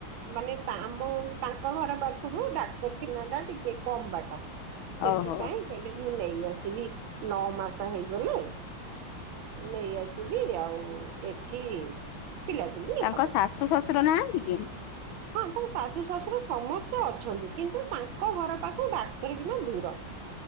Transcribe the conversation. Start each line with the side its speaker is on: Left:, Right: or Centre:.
Right: ମାନେ ଆମ ତାଙ୍କ ଘର ପାଖରୁ ଡାକ୍ତରଖିନା ଟା ଟିକେ କମ ବାଟ । ସେଥିପାଇଁ
Left: ଓହୋ
Right: କହିଲେ ମୁଁ ନେଇ ଆ ଆସିବି ନଅ ମାସ ହେଇଗଲେ। ନେଇ ଆସିବି ଆଉ ଏଠି ପିଲାପିଲି
Left: ତାଙ୍କ
Right: ହବ
Left: ଶାଶୁ ଶ୍ୱଶୁର ନାହାନ୍ତି? କି?
Right: ହଁ ତାଙ୍କ ଶାଶୁ ଶଶୁର ସମସ୍ତେ ଅଛନ୍ତି କିନ୍ତୁ ତାଙ୍କ ଘର ପାଖକୁ ଡାକ୍ତରଖାନା ଦୂର।